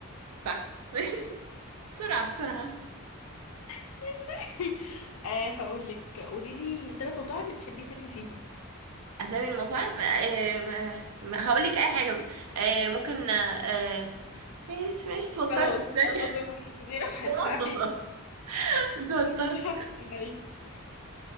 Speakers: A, on the right (about 90°); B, on the left (about 75°).
A: صح <laughs> ماشي بسرعة بسرعة
B: <laughs> آه هقول لك قولي لي ثلاث مطاعم بتحبي تاكلي فيهم
A: أسامي المطاعم آه، آه، هقول لك أي حاجة آه، ممكن آه، آه، مش مش توترت
B: خلاص
A: استني
B: خلاص يا انت دي راحت
A: <laughs>
B: انا عليك
A: انت
B: وانت
A: وترت
B: دي واحدة عليك